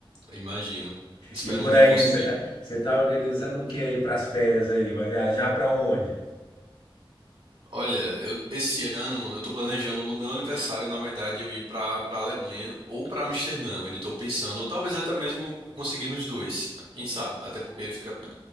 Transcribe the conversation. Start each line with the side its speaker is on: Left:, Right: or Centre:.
Right: Eu Imagino. Espero
Left: E por
Right: um dia
Left: aí,
Right: conseguir.
Left: você tá, você tá organizando o que aí pras férias aí? Vai viajar pra onde?
Right: Olha, eu, esse ano eu tô planejando no meu aniversário, na verdade, eu ir pra, pra Alemanha ou pra Amsterdã. Eu ainda tô pensando, ou talvez até mesmo eu conseguir nos dois. Quem sabe? Até porque fica